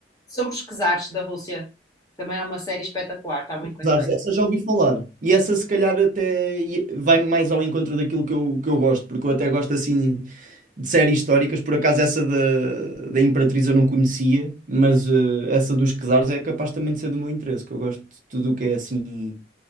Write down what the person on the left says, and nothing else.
Sobre os czares da Rússia. Também é uma série espetacular, está muito bem
feita.